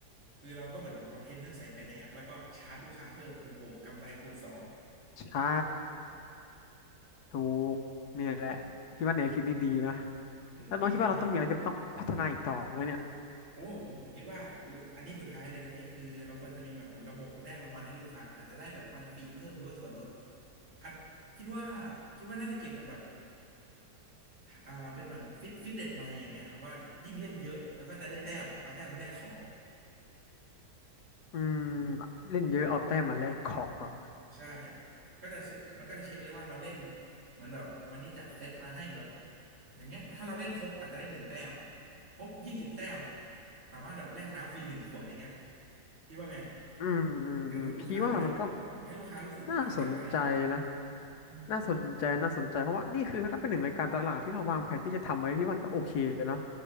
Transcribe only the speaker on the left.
ใช่ ถูกนี่แหละพี่ว่าแนวคิดนี่ดีนะ
แล้วน้องคิดว่าเราต้องมีอะไรที่ต้องพัฒนาอีกต่อไหมเนี่ย
อืมเล่นเยอะเอาแต้มมาแลกของเหรอ
อืมอืมอืมพี่ว่ามันก็
น่าสนใจนะ
น่าสนใจน่าสนใจเพราะว่านี่คือถ้าเป็นหนึ่งในการตลาดที่เราวางแผนที่จะทำไว้พี่ว่ามันก็โอเคเนาะ